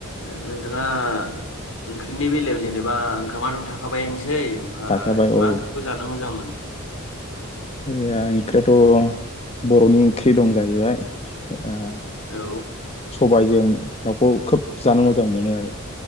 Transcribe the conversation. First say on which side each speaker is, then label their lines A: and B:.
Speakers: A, on the left (about 70°); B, on the left (about 30°).
A: नोंथाङा ओंख्रिनि बेलायाव जेनेबा ओंखामाथ थाखाबायानोसै सै ओमफफ्राय
B: थाखाबाय
A: मा
B: औ
A: ओंख्रिखौ जानो मोजां मोनो
B: ए ओंख्रियाथ बरनि ओंख्रि दं जाहैबाय आ स
A: औ
B: सबबायजों दाउखौ खोब जानो मोजां मोनो आरो